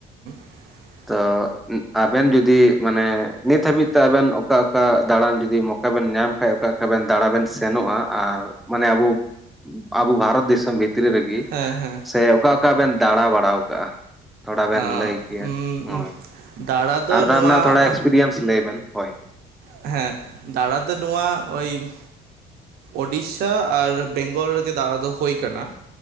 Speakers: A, on the right; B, in the centre.
A: <inaudible>
B: ᱛᱚᱻ ᱟᱵᱮᱱ ᱡᱩᱫᱤ ᱢᱟᱱᱮ ᱱᱤᱛ ᱦᱟᱹᱵᱤᱡ ᱛᱮ ᱟᱵᱮᱱ ᱚᱠᱟ ᱚᱠᱟ ᱫᱟᱬᱟᱱ ᱡᱩᱫᱤ ᱢᱚ ᱼᱼ ᱼᱠᱟ ᱵᱮᱱ ᱧᱟᱢ ᱠᱷᱟᱡ ᱚᱠᱟ ᱚᱠᱟᱵᱮᱱ ᱫᱟᱲᱟ ᱵᱮᱱ ᱼᱼ ᱥᱮᱱᱚᱜᱼᱟ? ᱟᱨ ᱢᱟᱱᱮ ᱟᱵᱚ ᱟᱵᱚ ᱵᱷᱟᱨᱚᱛ ᱫᱤᱥᱚᱢ ᱵᱷᱤᱛᱨᱤ ᱨᱮᱜᱮ ᱼᱼ ᱠᱤ
A: ᱦᱮᱸ ᱦᱮᱸ
B: ᱥᱮ ᱚᱠᱟ ᱚᱠᱟ ᱵᱮᱱ ᱫᱟᱬᱟ ᱵᱟᱲᱟᱣ ᱠᱟᱜᱼᱟ? ᱛᱷᱚᱲᱟ ᱵᱮᱱ
A: ᱟᱸ
B: ᱞᱟᱹᱭ ᱠᱮᱭᱟ
A: ᱩᱢ
B: ᱦᱳᱭ
A: ᱩᱢ
B: ᱾
A: ᱫᱟᱬᱟ ᱫᱚ
B: ᱟᱨ ᱚᱱᱟ
A: ᱱᱚᱣᱟ
B: ᱨᱮᱱᱟᱜ ᱛᱷᱚᱲᱟ ᱮᱠᱥᱯᱨᱤᱭᱮᱱᱥ ᱞᱟᱹᱭ ᱵᱮᱱ ᱦᱳᱭ ᱾
A: ᱦᱮᱸ, ᱫᱟᱬᱟ ᱫᱚ ᱱᱚᱣᱟ ᱳᱭ ᱼᱼ ᱳᱰᱤᱥᱟ ᱟᱨ ᱵᱮᱝᱜᱚᱞ ᱨᱮᱜᱮ ᱫᱟᱬᱟ ᱫᱚ ᱦᱳᱭ ᱠᱟᱱᱟ ᱾